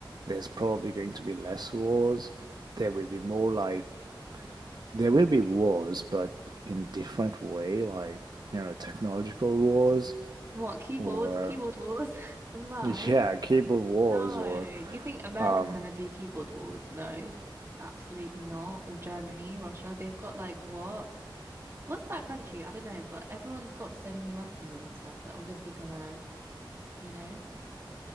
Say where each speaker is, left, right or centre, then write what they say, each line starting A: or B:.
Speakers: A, on the right; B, on the right.
A: there's probably going to be less wars. There will be more like there will be wars, but in different way, like, you know, technological wars
B: What, keyboard,
A: or
B: keyboard wars <laughs> online?
A: <laughs> yeah, cable wars
B: No.
A: or
B: You think America's
A: um
B: gonna do keyboard wars? No. Absolutely not. Or Germany, Russia, they've got like what? What's that country? I don't know, but everyone's got so many weapons and stuff. They're obviously gonna you know?